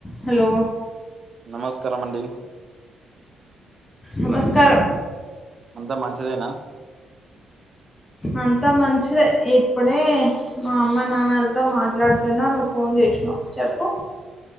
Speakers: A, on the left (about 20°); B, on the right (about 40°).
A: Hello
B: నమస్కారమండి
A: నమస్కారం
B: అంతా మంచిదేనా
A: అంతా మంచిదే ఇప్పుడే మా అమ్మ నాన్నలతో మాట్లాడుతున్నా నువ్వు ఫోన్ చేసినావు చెప్పు